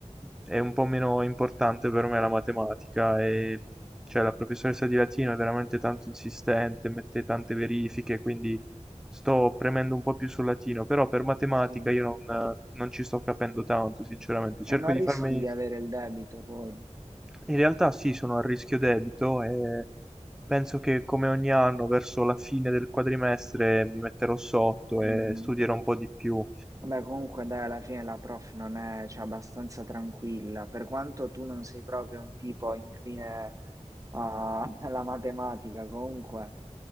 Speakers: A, in the centre; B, on the right (about 25°).
A: è un po' meno importante per me la matematica e mh, cioè, la professoressa di latino è veramente tanto insistente, mette tante verifiche, quindi sto premendo un po' più sul latino, però per matematica
B: Sì.
A: io non, non ci sto capendo tanto, sinceramente. Cerco
B: E non
A: di
B: rischi
A: farmi
B: di avere il debito poi.
A: in realtà sì, sono a rischio debito e penso che come ogni anno verso la fine del quadrimestre mi metterò sotto e
B: Mm.
A: studierò un po' di più.
B: Vabbè, comunque dai, alla fine la prof non è, cioè, abbastanza tranquilla, per quanto tu non sei proprio un tipo incline a- <laughs> alla matematica, comunque